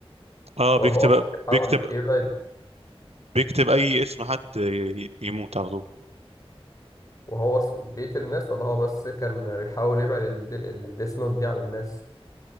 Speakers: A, on the right; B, on the left.
A: اه
B: وهو
A: بيكتب
B: أصلا بيحاول
A: بيكتب
B: يبعد
A: بيكتب اي اسم حد ي- يموت على طول
B: وهو أص- بيقتل الناس ولا هو بس كان بيحاول يبعد الديس نوت دي عن الناس